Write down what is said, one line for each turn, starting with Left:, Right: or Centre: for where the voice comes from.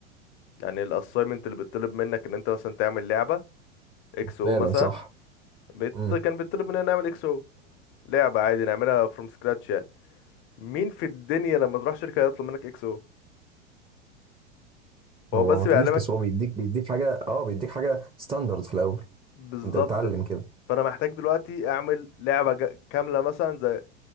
Left: يعني الاساينمنت اللي بيطلب منك ان انت مثلا تعمل لعبه اكس او
Right: فعلا
Left: مثلا
Right: صح
Left: بت...
Right: مم.
Left: كان بيطلب مننا نعمل اكس او لعبه عادي نعملها فروم سكراتش يعني مين في الدنيا لما تروح شركه يطلب منك اكس او هو
Right: هو
Left: بس
Right: ما فيش
Left: بيعلمك
Right: بس هو بيديك بيديك حاجه اه بيديك حاجه ستاندرد في الاول
Left: بالظبط
Right: انت بتعلم كده
Left: فانا محتاج دلوقتي اعمل لعبه جا- كامله مثلا